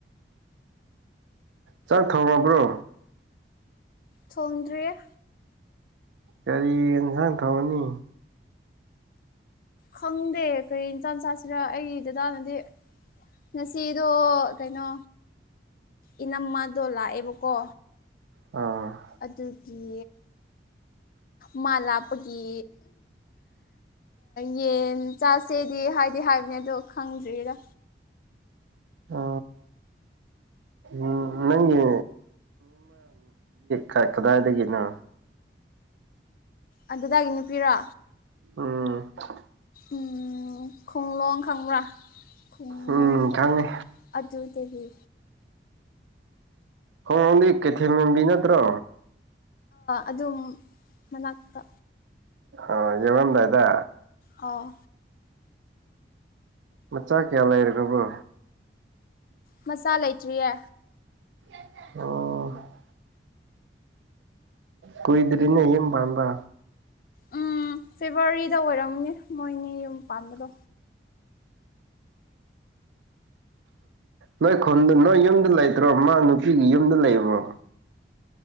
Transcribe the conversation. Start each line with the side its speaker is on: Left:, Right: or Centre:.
Right: ꯆꯥꯛ ꯊꯣꯡꯔꯕ꯭ꯔꯣ
Left: ꯊꯣꯡꯗ꯭ꯔꯦ
Right: ꯀꯒꯥꯔꯤ ꯏꯟꯁꯥꯡ ꯊꯣꯡꯉꯅꯤ
Left: ꯈꯪꯗꯦ ꯀꯩ ꯏꯟꯆꯥ ꯆꯥꯁꯤꯔ ꯑꯩꯒꯤ ꯗꯗꯥꯅꯗꯤ ꯉꯁꯤꯗꯣ ꯀꯩꯅꯣ ꯏꯅꯝꯃꯗꯣ ꯂꯥꯛꯑꯦꯕꯀꯣ
Right: ꯎꯝ
Left: ꯑꯗꯨꯒꯤ ꯃꯥ ꯂꯥꯞꯄꯒꯤ ꯌꯦꯟ ꯆꯥꯁꯦꯗꯤ ꯍꯥꯏꯗꯤ ꯍꯥꯏꯕꯅꯦ ꯑꯗꯣ ꯈꯪꯗ꯭ꯔꯤꯔ
Right: ꯎ ꯎ ꯅꯪꯒꯤ ꯅ ꯀꯗꯥꯏꯗꯒꯤꯅꯣ
Left: ꯑꯗꯨꯗꯒꯤ ꯅꯨꯄꯤꯔꯣ
Right: ꯎꯝ
Left: ꯎ ꯈꯣꯡꯂꯣꯡ ꯈꯪꯕ꯭ꯔꯥ ꯈꯨꯡꯂꯣꯡ
Right: ꯎꯝ ꯈꯪꯉꯦ
Left: ꯑꯗꯨꯗꯒꯤ
Right: ꯍꯣꯏ ꯑꯣꯡꯂꯤ ꯀꯦꯊꯦꯝ ꯃꯦꯝꯕꯤ ꯅꯠꯇ꯭ꯔꯣ
Left: ꯑꯗꯨꯝ ꯃꯅꯥꯛꯇ
Right: ꯑ ꯌꯦꯃꯝꯕꯏꯗ
Left: ꯑꯥꯎ
Right: ꯃꯆꯥ ꯀꯌꯥ ꯂꯩꯔꯕ꯭ꯔꯣ
Left: ꯃꯆꯥ ꯂꯩꯇ꯭ꯔꯤꯌꯦ
Right: ꯑꯣ ꯀꯣꯏ ꯏꯗꯔꯤꯅꯦ ꯏꯝ ꯄꯥꯟꯗꯥ
Left: ꯎꯝ ꯐꯦꯕꯋꯥꯔꯤꯗ ꯑꯣꯏꯔꯝꯃꯅꯦ ꯃꯣꯏꯅꯦ ꯌꯨꯝ ꯄꯥꯝꯕꯗꯣ
Right: ꯅꯣꯏ ꯈꯨꯟꯗ ꯅꯣꯏ ꯌꯨꯝꯗ ꯂꯩꯇ꯭ꯔꯣ ꯃꯥ ꯅꯨ ꯑꯩꯒꯤ ꯌꯨꯝꯗ ꯂꯩꯔꯕ꯭ꯔꯣ